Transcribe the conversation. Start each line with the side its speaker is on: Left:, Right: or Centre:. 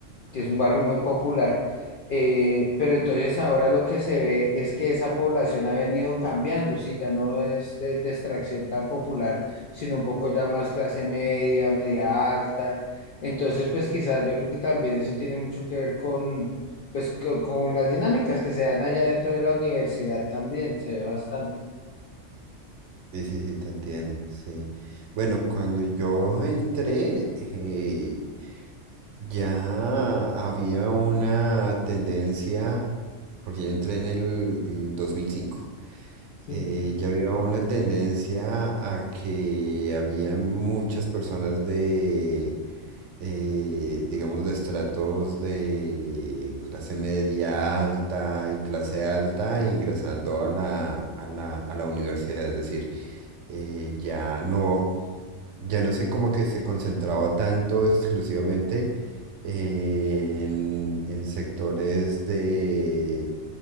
Left: que es un barrio muy popular. eh, pero entonces ahora lo que se ve es que esa población ha venido cambiando, sí, ya no es de, de extracción tan popular, sino un poco ya más clase media, media alta. Entonces, pues quizás yo creo que también eso tiene mucho que ver con, pues, co- con las dinámicas que se dan allá dentro de la universidad también, se ve bastante.
Right: Sí, sí, sí, te entiendo, sí. Bueno, cuando yo entré, eh, Ya había una tendencia, porque yo entré en el, el 2005,
Left: Sí.
Right: eh, ya había una tendencia a que habían muchas personas de, eh, digamos, de estratos de clase media alta y clase alta ingresando a la, a la, a la universidad. Es decir, eh, ya no, ya no sé cómo que se concentraba tanto exclusivamente en, en sectores de,